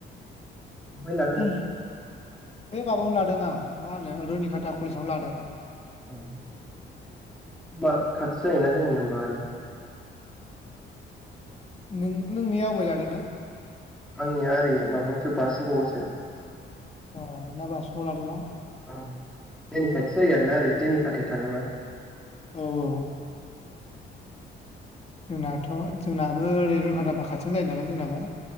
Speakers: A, in the centre; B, on the left.
A: बबेहाय लाखो
B: उम बे माबायावनो लादों आं मा होनो रुनिकाटा कलेजावनो लादों
A: ओ होनबा खाथि जायोना जोंनि होमबा ओरै
B: नों नोंनिया वबाहाय लादों नो
A: आंनिया ओरै माबायावसो बासुगावआवसो
B: अ नोंना बासुगावआव लादोंना?
A: औ जोंनि खाथि जायो आरोना ओरै जोंनि खाथियाव थाङोबा।
B: औ औ जोंनाथ' जोंनाबो ओरै रुनिखाथाबा खाथिनो जायो नालाय जोंनाबो।